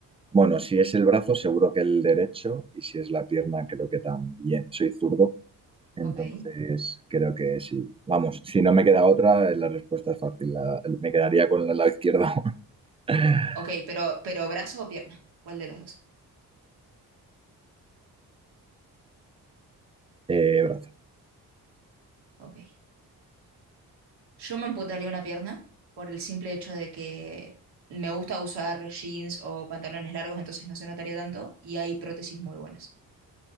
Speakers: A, on the right; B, on the right.
A: Bueno, si es el brazo, seguro que el derecho, y si es la pierna, creo que también. Soy zurdo, Entonces,
B: Ok.
A: creo que sí. Vamos, si no me queda otra, eh, la respuesta es fácil. la- me quedaría con el lado izquierdo. <laughs>
B: Ok, pero, pero brazo o pierna, ¿cuál de los dos?
A: Eh, brazo.
B: Ok. Yo me amputaría una pierna por el simple hecho de que me gusta usar jeans o pantalones largos, entonces no se notaría tanto y hay prótesis muy buenas.